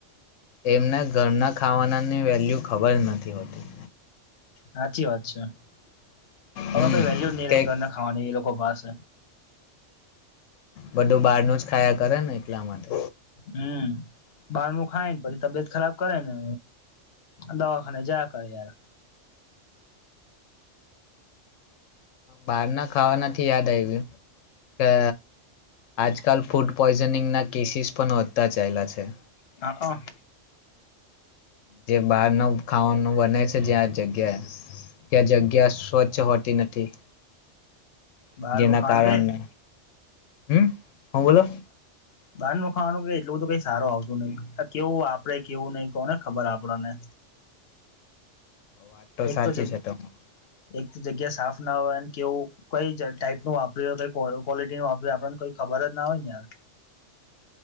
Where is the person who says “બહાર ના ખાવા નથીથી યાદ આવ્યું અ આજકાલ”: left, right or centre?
Left